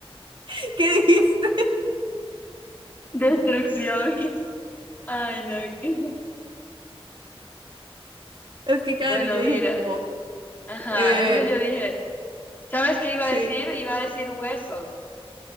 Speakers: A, on the right; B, on the left.
A: <laughs> ¿Qué dijiste?
B: Destrucción. <laughs> Ay, no, qué.
A: Es que claro,
B: Bueno,
A: yo dije
B: mira.
A: como,
B: Ajá,
A: eh,
B: entonces yo dije, ¿sabes qué iba
A: sí,
B: a decir? Iba a decir huesos.